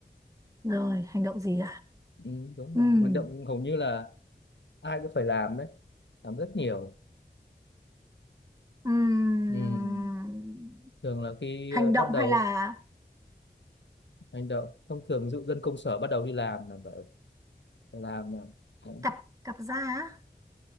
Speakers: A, on the right; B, on the left.
A: rồi hành động gì à
B: ừ, đúng
A: Ừm,
B: rồi Mà hành động hầu như là ai cũng phải làm đấy làm rất nhiều
A: ừm,
B: ừ. thường là khi
A: hành
B: ờ,
A: động
B: bắt đầu
A: hay là
B: hành động thông thường ví dụ dân công sở bắt đầu đi làm là vậy làm là đấy.
A: cặp cặp da á